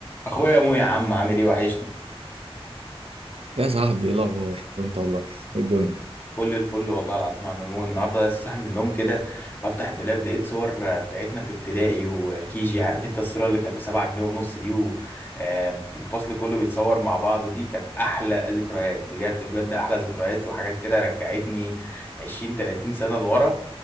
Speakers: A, on the left; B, on the right.
A: اخويا مو يا عم عامل ايه وحشني
B: يا صاحبي ايه الاخبار وانت والله ايه الدنيا
A: فل الفل والله العظيم يا عم مو النهارده لسه صاحي من النوم كده بفتح الدولاب لقيت صور آه، بتاعتنا في ابتدائي وكيجي عارف انت الصوره اللي كانت بسبعة جنيه ونص دي والفصل كله بيتصور مع بعضه دي كانت احلى ذكريات بجد بجد احلى ذكريات وحاجات كده رجعتني 20 30 سنه لورا